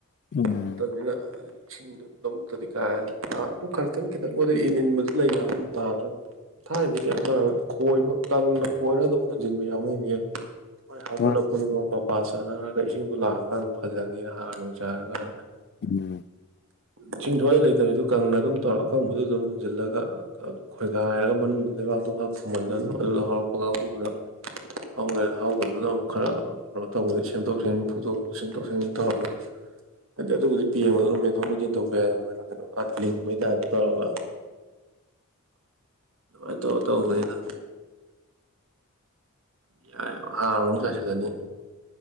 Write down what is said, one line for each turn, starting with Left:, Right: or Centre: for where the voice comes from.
Left: ꯎꯝ
Right: ꯃꯇꯝꯅꯤꯅ ꯏꯁꯤꯡꯗꯨ ꯂꯧꯕꯨꯛꯇꯗꯤ ꯀꯥꯏ ꯑꯗꯨ ꯈꯖꯤꯇꯪ ꯈꯤꯇꯪ ꯃꯣꯏꯗꯤ ꯏꯟ ꯏꯟꯕꯗꯤ ꯂꯩ ꯑꯗꯨꯝ ꯇꯥꯗ꯭ꯔꯕ ꯊꯥꯏꯅꯗꯤ ꯀꯩꯅꯣ ꯇꯧꯔꯒ ꯈꯣꯏꯕ ꯇꯪꯅ ꯈꯣꯏꯔꯒ ꯑꯗꯨꯝ ꯍꯨꯟꯖꯤꯟꯕ ꯌꯥꯎꯅꯩꯅꯦ ꯃꯣꯏ ꯍꯧꯒꯠꯂꯛꯄꯗꯨꯗ
Left: ꯋꯥ
Right: ꯃꯄꯥ ꯆꯥꯟꯅꯔꯒ ꯏꯁꯤꯡꯗꯣ ꯂꯥꯛꯑꯀꯥꯟꯗ ꯐꯖꯅꯤꯅ ꯍꯥꯔ ꯅꯨꯡ ꯆꯥꯏꯔꯒ
Left: ꯎꯝ
Right: ꯏ ꯁꯨꯛꯂꯩ ꯂꯩꯇꯕꯤꯗ ꯀꯪꯅ ꯑꯗꯨꯝ ꯇꯧꯔ ꯑꯀꯪꯕꯗꯨ ꯑꯗꯨꯝ ꯍꯨꯟꯖꯤꯜꯂꯒ ꯈꯣꯏꯒꯥꯏꯔꯒ ꯃꯅꯨꯡꯗ ꯂꯩꯕꯥꯛꯇꯣ ꯈꯔ ꯐꯨꯝꯍꯜꯂ ꯑꯗꯨꯝ ꯑꯗꯨꯗ ꯍꯥꯎꯔꯛꯄ ꯀꯥꯡꯒꯨꯗꯨꯅ ꯍꯥꯎꯔꯦ ꯍꯥꯎꯗꯗꯨꯅ ꯑꯃꯨꯛ ꯈꯔ ꯀꯩꯅꯣ ꯇꯧꯕꯗ ꯁꯦꯝꯗꯣꯛ ꯁꯦꯝꯖꯤꯟ ꯐꯨꯛꯇꯣꯛ ꯐꯨꯛꯆꯤꯟ ꯇꯧꯔꯒ ꯍꯥꯏꯗꯤ ꯑꯗꯨꯕꯨꯗꯤ ꯄꯦꯡꯕꯗ ꯑꯗꯨꯝ ꯃꯦꯟꯊꯣꯛ ꯃꯦꯟꯁꯤꯟ ꯊꯣꯛꯄ ꯌꯥꯏ ꯑꯗꯨꯃꯥꯏꯅ ꯀꯩꯅꯣ ꯂꯤꯡꯕꯩ ꯇꯥꯏꯗ ꯇꯧꯔꯒ ꯑꯗꯨꯃꯥꯏꯅ ꯇꯧꯔ ꯇꯧꯕꯅꯤꯅ ꯌꯥꯏꯑꯕ ꯍꯥꯔ ꯑꯃꯨꯛ ꯆꯥꯏꯁꯤꯜꯂꯅꯤ